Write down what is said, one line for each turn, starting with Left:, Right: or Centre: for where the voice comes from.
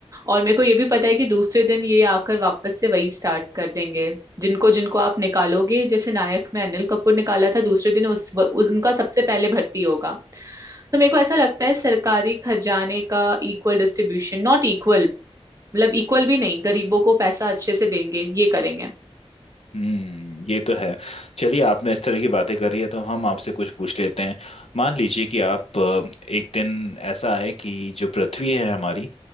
Right: और मेरे को ये भी पता है कि दूसरे दिन ये आकर वापस से वही स्टार्ट कर देंगे जिनको जिनको आप निकालोगे जैसे नायक में अनिल कपूर निकाला था दूसरे दिन उस, उस उनका सबसे पहले भर्ती होगा तो मेरे को ऐसा लगता है सरकारी खजाने का इक्वल डिस्ट्रीब्यूशन नॉट इक्वल मतलब इक्वल भी नहीं गरीबों को पैसा अच्छे से देंगे ये करेंगे
Left: हम्म ये तो है चलिए आपने इस तरह की बातें करी है तो हम आपसे कुछ पूछ लेते हैं मान लीजिए कि आप अ, एक दिन ऐसा आए कि जो पृथ्वी है हमारी